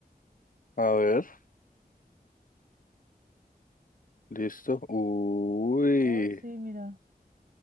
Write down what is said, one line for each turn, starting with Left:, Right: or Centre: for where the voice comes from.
Left: A ver, listo. Uy.
Right: Oh, sí, mira.